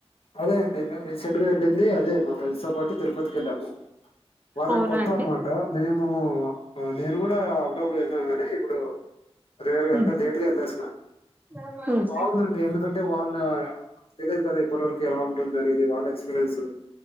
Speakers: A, on the left (about 65°); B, on the right (about 15°).
A: అదే అండి మేము రీసెంట్ గా వెళ్ళింది. అదే మా ఫ్రెండ్స్ తో పాటు తిరుపతికి వెళ్ళాము. వాళ్ళకి
B: అవునా
A: కొత్త
B: అండి
A: అనమాట మేము నేను కూడా అప్పుడప్పుడు వెళ్నాను కానీ ఇప్పుడు రేర్ గా
B: ఉమ్,
A: అంటే లేట్ గా వెల్లేసిన
B: ఉమ్,
A: బట్
B: ఉమ్,
A: బాగుందండి. ఎందుకంటే వాళ్ళు నా తెలిదు కదా ఇప్పటి వరకు ఎలా ఉంటుంది అనేది వాళ్ళ ఎక్స్పీరియన్స్